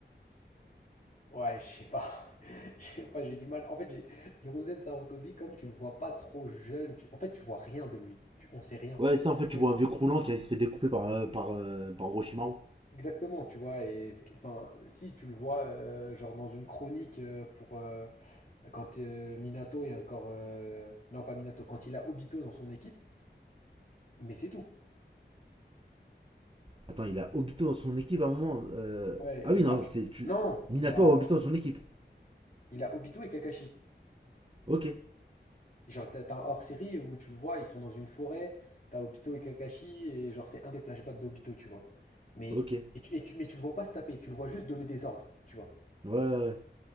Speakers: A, on the left (about 45°); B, on the right (about 30°).
A: Ouais, je sais pas. <laughs> Je sais pas, j'ai du mal. En fait, j'ai Hiruzen Sarutobi, comme tu le vois pas trop jeune, tu... en fait, tu vois rien de lui. Tu... On sait rien.
B: Ouais, ça en
A: Parce
B: fait,
A: que,
B: tu vois un vieux croulant qui se fait découper par, euh, par, euh, par Orochimaru.
A: exactement, tu vois, et ce qui- enfin, si tu le vois, euh, genre dans une chronique euh, pour euh, quand euh, Minato est encore. euh, Non, pas Minato, quand il a Obito dans son équipe, mais c'est tout.
B: Attends, il a Obito dans son équipe à un moment. euh,
A: Ouais,
B: Ah
A: il
B: oui, non,
A: a.
B: c'est. Tu...
A: Non,
B: Minato
A: il a,
B: a Obito dans son équipe.
A: il a Obito et Kakashi.
B: Ok,
A: Genre, t'as t'as un hors-série où tu le vois, ils sont dans une forêt, t'as Obito et Kakashi, et genre, c'est un des flashbacks d'Obito, tu vois. Mais,
B: ok. Ouais,
A: et tu, et tu- mais tu le vois pas se taper, tu le vois juste donner des ordres, tu vois.
B: ouais, ouais.